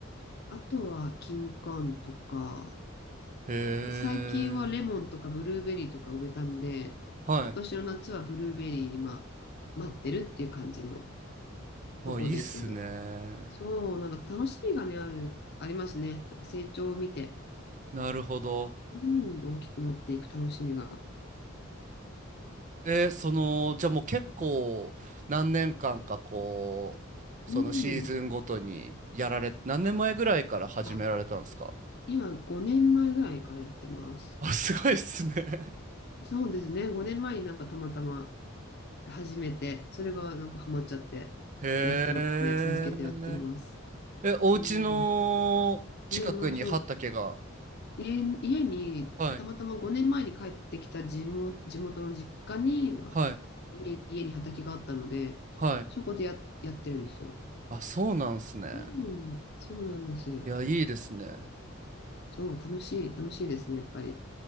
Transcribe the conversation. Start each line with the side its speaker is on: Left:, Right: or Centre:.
Left: あとは金柑とか、
Right: へえ。
Left: 最近はレモンとかブルーベリーとか植えたので、
Right: はい。
Left: 今年の夏はブルーベリー今待ってるっていう感じの
Right: まあいいっすね。
Left: とこです。そう、なんか楽しみがね、ある、ありますね。なんか成長を見て、
Right: なるほど。
Left: うん、大きくなっていく楽しみが。
Right: えー、その、じゃあもう結構何年間かこう、
Left: うん。
Right: そのシーズンごとにやられ、何年前ぐらいから始められたんですか
Left: あ、今5年前ぐらいからやってます。
Right: <laughs> あ、すごいっすね。
Left: そうですね。5年前になんかたまたま始めて、それがなんかハマっちゃって、
Right: <laughs> へえ。
Left: やってますね。続けてやってます。
Right: え、お家の近くに畑が。
Left: そう。家の、そう、家、家に、
Right: はい。
Left: たまたま5年前に帰ってきた地元、地元の実家に、まあ、
Right: はい。
Left: 家、家に畑があったので、
Right: はい。
Left: そこでや、やってるんですよ。
Right: あ、そうなんすね。
Left: うん、そうなんです。
Right: いや、いいですね。
Left: そう、楽しい、楽しいですね、やっぱり。